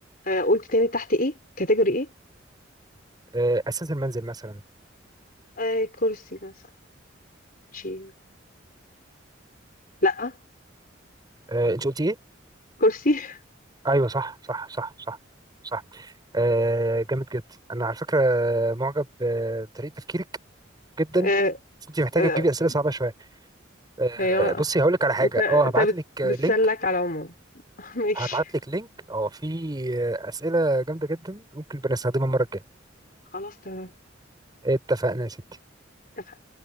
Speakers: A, on the left; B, on the right.
A: آه، قلت تاني تحت ايه كاتيجوري ايه
B: آه، اساس المنزل مثلا
A: آه كرسي مثلا شير لا
B: آه، انت قلتي ايه
A: كرسي <laughs>
B: ايوه صح صح صح صح صح آه، جامد جدا انا على فكره معجب آه، بطريقه تفكيرك جدا
A: آه
B: بس انت محتاجه
A: آه
B: تجيبي اسئله صعبه شويه آه،
A: ايوه
B: بصي هقول لك على حاجه
A: انت انت
B: اه هبعت
A: بت-
B: لك لينك
A: بتسلك على العموم <laughs> ماشي
B: هبعت لك لينك اه في آه، اسئله جامده جدا ممكن بنستخدمها المره الجايه
A: خلاص تمام
B: اتفقنا يا ستي
A: اتفقنا